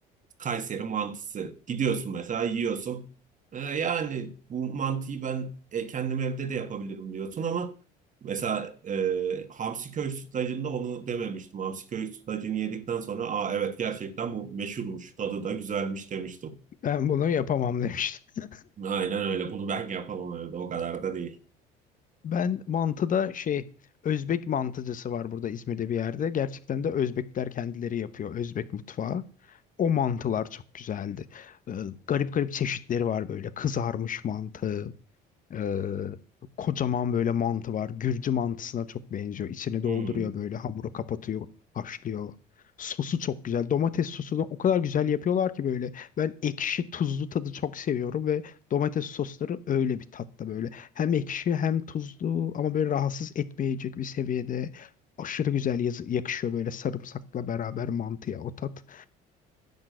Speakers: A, on the right; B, on the left.
A: Kayseri mantısı. Gidiyorsun mesela yiyorsun. E, yani bu mantıyı ben e, kendim evde de yapabilirim diyorsun ama mesela e, hamsi köy sütlacında onu dememiştim. Hamsi köy sütlacını yedikten sonra aa evet gerçekten bu meşhurmuş, tadı da güzelmiş demiştim.
B: Ben bunu yapamam demiştim.
A: Aynen öyle. Bunu ben yapamam evde. O kadar da değil.
B: Ben mantıda şey Özbek mantıcısı var burada İzmir'de bir yerde. Gerçekten de Özbekler kendileri yapıyor Özbek mutfağı. O mantılar çok güzeldi. Ee, garip garip çeşitleri var böyle. Kızarmış mantı, ee, kocaman böyle mantı var. Gürcü mantısına çok benziyor. İçini
A: Hmm.
B: dolduruyor böyle hamuru kapatıyor, haşlıyor. Sosu çok güzel. Domates sosunu o kadar güzel yapıyorlar ki böyle. Ben ekşi tuzlu tadı çok seviyorum ve domates sosları öyle bir tatta böyle. Hem ekşi hem tuzlu ama böyle rahatsız etmeyecek bir seviyede. Aşırı güzel yaz- yakışıyor böyle sarımsakla beraber mantıya o tat.